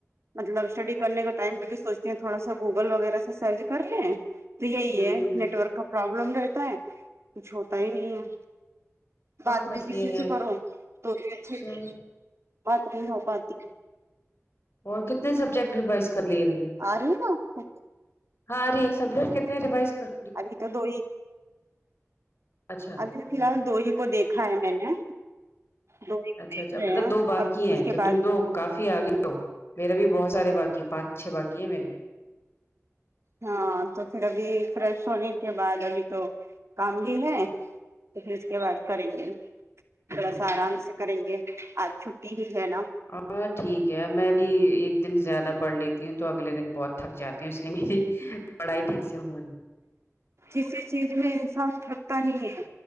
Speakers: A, on the right; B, on the left.
A: مطلب اسٹڈی کرنے کے ٹائم پہ بھی سوچتے ہیں تھوڑا سا گوگل وغیرہ سے سرچ کر رہے ہیں تو یہی
B: ہوں
A: ہے نیٹ ورک کا پرابلم رہتا ہے کچھ ہوتا ہی نہیں ہے بات
B: ہاں بس
A: بھی کسی
B: یہ ہے
A: سے کرو تو اچھے سے
B: چلو
A: بات نہیں ہو پاتی
B: اور کتنے سبجیکٹ ریوائز کر لیے تم نے
A: آ رہی ہے نا آپ کو
B: ہاں ری ہے سبجیکٹ کتنے ریوائز کر <unintelligible>
A: ابھی تو دو ہی
B: اچھا
A: ابھی تو
B: ہوں
A: فی الحال دو ہی کو دیکھا ہے میں نے دو ہی کو
B: اچھا
A: دیکھ
B: اچھا
A: رہے
B: مطلب
A: ہیں
B: دو بار
A: اب
B: کیے
A: اس
B: ہے
A: کے
B: تو
A: بعد
B: تم دو کافی آگے ہو میرا بھی بہت سارے باقی ہیں پانچ چھ باقی ہیں میرے
A: ہاں تو پھر ابھی فریش ہونے کے بعد ابھی تو کام بھی ہے تو پھر اس کے بعد کریں گے تھوڑا سا آرام سے کریں گے آ چھٹی ہی ہے نا
B: ہاں ٹھیک ہے میں بھی ایک دن زیادہ پڑھ لیتی ہوں تو اگلے دن بہت تھک جاتی ہوں اس لیے پڑھائی ٹھیک سے ہون
A: کسی چیز میں انصاف تھکتا نہیں ہے